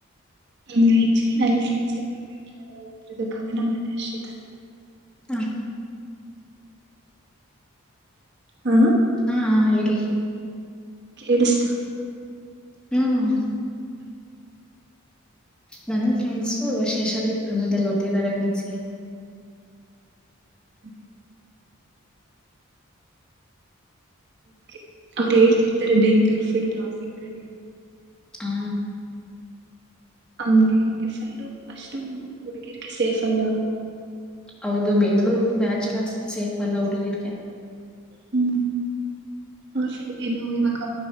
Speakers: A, on the right (about 50°); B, in the centre.
A: ಹ್ಮ್ ಆಕ್ಚುಲಿ ನನ್ ಫ್ರೆಂಡ್ಸ್ ಇಬ್ಬರು ಬೆಂಗಳೂಲ್ಲ ಓದ್ತಿರೋದು ಕವನ ಮತ್ತೆ ಅರ್ಷಿತ
B: ಹ್ಮ
A: ಹಾ
B: ಹಾ ಹೇಳರಿ
A: ಎಿಸ
B: ಹ್ಮ್ ನನ್ ಫ್ರೆಂಡ್ಸು ಶೇಷಾದ್ರಿಪುರ ಮದ ಓದ್ಿದ್ದಾರೆ ಬೀಸಗೆ
A: ಹಾಗೆ ೆ ಅವ್ರು ಹೇಳ್ತಿರ್ತಾರೆ ಬೆಂಗ್ಗಳೂರ್ ಫುಲ್ ಟ್ರಾಫಿಕ್ ಕಡೆ
B: ಹಾ
A: ಹಂಗೆ ಹಿಂಗೆ ಫಲ್ಲು ಅಷ್ಟು ಹುಡುಗಿರ್ರಿಗೆ ಸೇಫ್ ಅಲ್ಲ
B: ಹೌದು ಬೆಂಗ್ಳೂರು ಬ್ಯಾಚುಲರ್ಸ್ಗೆ ಸೇಫ್ ಅಲ್ಲ ಹುಡುಗೀರ್ಗೆ
A: ಹ್ಮ ಹ್ಮ್ ಏನು ಇವಾಗ